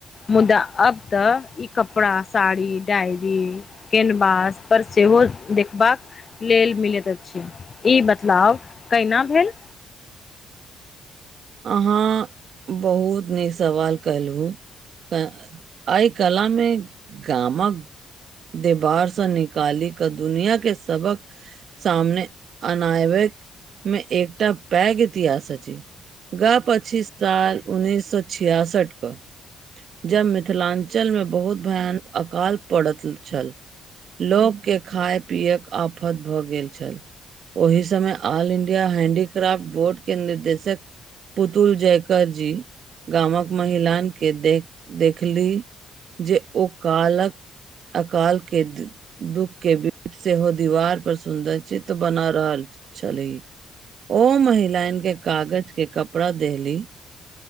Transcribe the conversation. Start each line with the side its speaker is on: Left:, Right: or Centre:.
Left: मुदा अब तऽ ई कपड़ा साड़ी डायरी कैनवास पर सेहो देखबाक लेल मिलैत अछि ई बतलाव कैना भेल
Right: अहाँ बहुत नीक सवाल कलहुँ तऽ आइ कलामे गामक देबारसँ निकाली कऽ दुनिया केँ सबक सामने अनायवेक मे एकटा पैघ इतिहास अछि गा पचिस साल उन्नैस सौ छियासठ कऽ जब मिथिलांचल मे बहुत भयानक अकाल पड़त छल लोक केँ खाए पियेक आफत भऽ गेल छल ओहि समय ऑल इंडिया हैंडीक्राफ्ट बोर्ड केँ निर्देशक पुतुल जयकर जी गामक महिलान केँ देख देखली जे ओ कालक अकाल केँ <unintelligible> दुःख केँ बिबिध सेहो दीवार पर सुन्दर चित्त बना रहल छलीह ओ महिलाइन केँ कागज केँ कपड़ा देहली